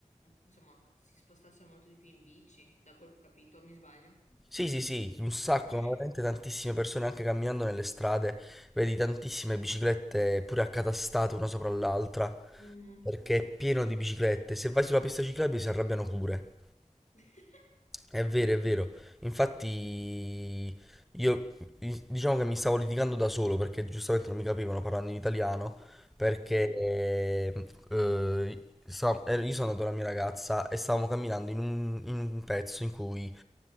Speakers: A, on the left; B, in the centre.
A: insomma, si spostassero molto di più in bici, da quel che ho capito, mi sbaglio?
B: Sì, sì, sì, un sacco,
A: Ok.
B: ma veramente tantissime persone anche camminando nelle strade, vedi tantissime biciclette pure accatastate una sopra l'altra,
A: Mm.
B: perché è pieno di biciclette. Se vai sulla pista ciclabile si arrabbiano pure.
A: <laughs>
B: È vero, è vero. Infatti, io diciamo che mi stavo litigando da solo perché giustamente non mi capivano parlando in italiano. Perché
A: Sì.
B: eh, eh, sta- eh, io sono andato con la mia ragazza e stavamo camminando in un, in un pezzo in cui